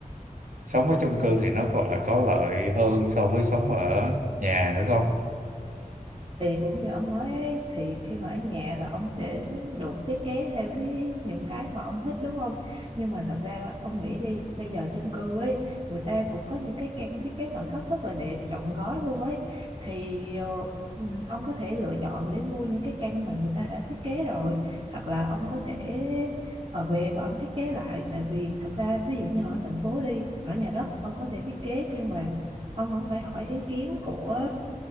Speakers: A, on the right; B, on the right.
A: sống ở chung cư thì nó còn là có lợi hơn so với sống ở nhà nữa không
B: thì cũng như ông nói ấy, thì khi mà ở nhà là ông sẽ được thiết kế theo cái những cái mà ông thích đúng không nhưng mà thật ra ông nghĩ đi bây giờ chung cư ấy người ta cũng có những cái căn thiết kế nội thất rất là đẹp trọn gói luôn ấy thì ờ, ừm, ông có thể lựa chọn để mua những cái căn mà người ta đã thiết kế rồi hoặc là ông có thể ở về và ông thiết kế lại tại vì thật ra ví dụ như ở thành phố đi ở nhà đất ông có thể thiết kế nhưng mà ông vẫn phải hỏi ý kiến của